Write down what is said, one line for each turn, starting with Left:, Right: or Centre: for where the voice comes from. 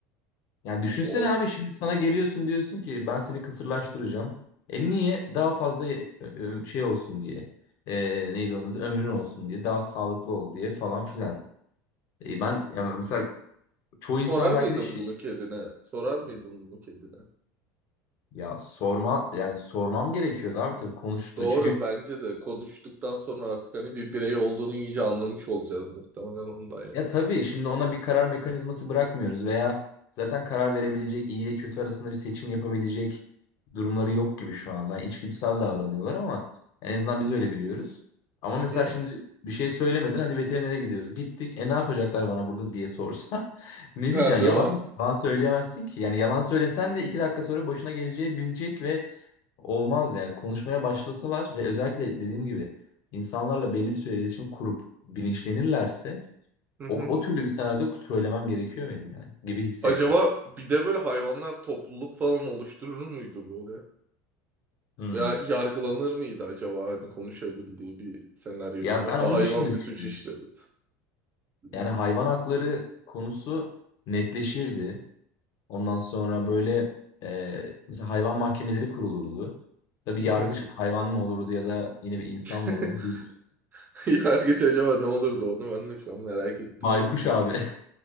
Left: Ya düşünsene
Right: olur.
Left: abi şimdi sana geliyorsun diyorsun ki ben seni kısırlaştıracağım. E niye? Daha fazla ye- ö- ö- şey olsun diye. E, neydi onun adı? Ömrün olsun diye. Daha sağlıklı ol diye falan filan.
Right: Hı.
Left: E ben yani mesela çoğu
Right: Sorar
Left: insan
Right: mıydın
Left: belki de şey
Right: bunu kedine? Sorar mıydın bunu kedine?
Left: ya sorma yani sormam gerekiyordu abi tabii konuştu.
Right: Doğru
Left: Çünkü
Right: bence de konuştuktan sonra artık hani bir birey olduğunu iyice anlamış olacağız muhtemelen ondan ya.
Left: Ya tabii şimdi ona bir karar mekanizması bırakmıyoruz veya zaten karar verebilecek iyi ile kötü arasında bir seçim yapabilecek durumları yok gibi şu an. Yani içgüdüsel davranıyorlar ama en azından biz öyle biliyoruz. Ama
Right: Hı
Left: mesela
Right: hı.
Left: şimdi bir şey söylemedin hadi veterinere gidiyoruz. Gittik e ne yapacaklar bana burada diye sorsa <laughs> ne
Right: He
Left: diyeceğim?
Right: değil
Left: Yalan,
Right: mi?
Left: mı- yalan söyleyemezsin ki. Yani yalan söylesen de iki dakika sonra başına geleceği bilecek ve olmaz yani. Konuşmaya başlasalar ve özellikle dediğim gibi insanlarla belli bir süre iletişim kurup bilinçlenirlerse
Right: Hı hı.
Left: o, o türlü bir senaryoda söylemem gerekiyor benim yani gibi hissettim.
Right: Acaba bir de böyle hayvanlar topluluk falan oluşturur muydu böyle?
Left: Hmm.
Right: Ya yargılanır mıydı acaba hani konuşabildiği bir senaryoda?
Left: Ya
Right: Mesela
Left: ben onu
Right: hayvan
Left: düşündüm
Right: bir suç
Left: işte.
Right: işledi. Hı
Left: Yani hayvan hakları konusu netleşirdi. Ondan sonra böyle e, mesela hayvan mahkemeleri kurulurdu. Tabii
Right: hı.
Left: yargıç hayvan mı olurdu ya da yine bir insan
Right: <laughs>
Left: mı olurdu? Bir
Right: Yargıç acaba ne olurdu onu ben de şu an merak ettim
Left: Baykuş
Right: öyle bir düşün.
Left: abi.